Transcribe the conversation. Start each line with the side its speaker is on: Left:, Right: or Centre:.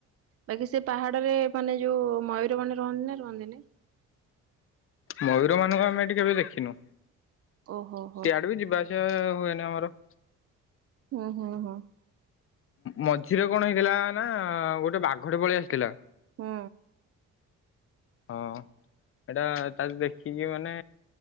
Right: ବାକି ସେ ପାହାଡରେ ମାନେ ଯୋଉ ମୟୂର ମନେ ରହନ୍ତି ନା ରହନ୍ତି ନି?
Left: ମୟୂର ମାନଙ୍କୁ ଆମେ ଏଠି କେବେ ଦେଖିନୁ।
Right: ଓହୋ ହୋ
Left: ସିଆଡେ ବି ଯିବା ଆସିବା ହୁଏନି ଆମର।
Right: ଉଁ ହଁ ହଁ।
Left: ମଝିରେ କଣ ହେଇଥିଲା ନା ଗୋଟେ ବାଘଟେ ପଳେଇ ଆସିଥିଲା।
Right: ହୁଁ।
Left: ହଁ ଏଇଟା ତା ଦେଖିକି ମାନେ